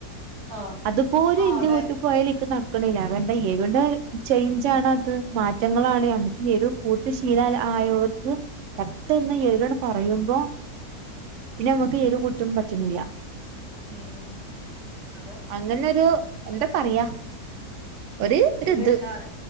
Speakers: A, on the right; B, on the right.
A: ആ
B: അതുപോലെ
A: ആ
B: എന്റെ
A: അതെ
B: വീട്ട് പോയാൽ എനിക്ക് നട ക്കണില്ല വേണ്ടാ ഏരുന്റെ ചേഞ്ച ആണോ അത് മാറ്റങ്ങളാണ് നമ്മുക്ക് എരു കൂട്ടു ശീല ആയോർക്ക് പട്ടെന്ന് ഏരുൺ പറയുമ്പോ പിന്നെ നമുക്ക് എരു കൂട്ടും പറ്റുന്നില്ല
A: ഉം അതെ
B: അങ്ങനെ ഒരു എന്താ പറയാ ഒരു ഒരിത്
A: എരിവില്ലാതെ